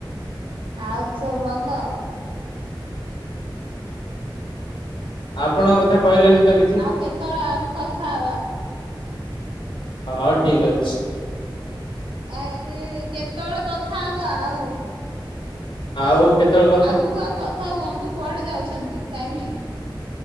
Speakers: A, on the right (about 80°); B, on the left (about 80°).
A: ଆଉ ସବୁ ଭଲ?
B: ଆପଣଙ୍କ କଥା କହିଲେନି ତ କିଛି?
A: ଆଉ କେତେବେଳେ ଆଉ କଥା ହବା
B: ହଁ ଠିକ ଅଛି।
A: ଆରେ କେତେବେଳେ କଥା ହବା ଆଉ?
B: ଆଉ କେତେବେଳୁକୁ
A: ଆଗକୁ ଆଉ କଥା ହୁଅନ୍ତୁ, କୁଆଡେ ଯାଉଛନ୍ତି? ଟାଇମ ହେଇନି।